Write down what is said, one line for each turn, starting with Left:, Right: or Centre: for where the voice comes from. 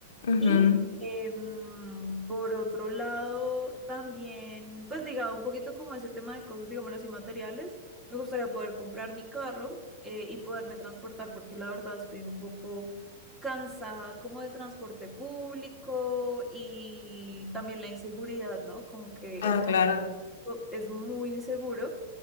Left: ujú.
Right: Y em, por otro lado, también, pues ligado un poquito como a ese tema de cosas, digámoslo así, materiales, me gustaría poder comprar mi carro eh, y poderme transportar, porque la verdad estoy un poco cansada como del transporte público y también la inseguridad, ¿no? Como que
Left: Ah,
Right: el transporte
Left: claro.
Right: es muy inseguro